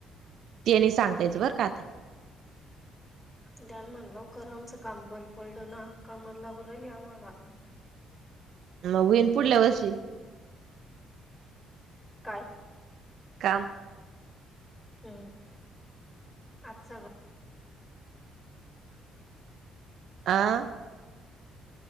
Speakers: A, on the right; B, on the left.
A: ते नाही सांगता यायचं बरं का आता.
B: द्यान म्हण लवकर आमच काम बंद पडल ना कामाला लागू राहिले आम्हाला
A: नवीन पुढल्या वर्षी
B: काय?
A: काम
B: हम्म आज सगळ
A: आ